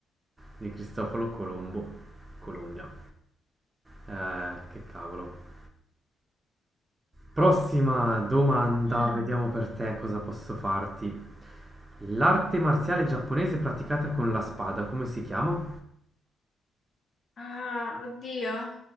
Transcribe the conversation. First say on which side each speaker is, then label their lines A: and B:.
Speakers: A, on the right; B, on the left.
A: Di Cristoforo Colombo, Colombia. Eh, che cavolo. Prossima domanda,
B: Mm.
A: vediamo per te cosa posso farti. L'arte marziale giapponese praticata con la spada, come si chiama?
B: Ah, oddio.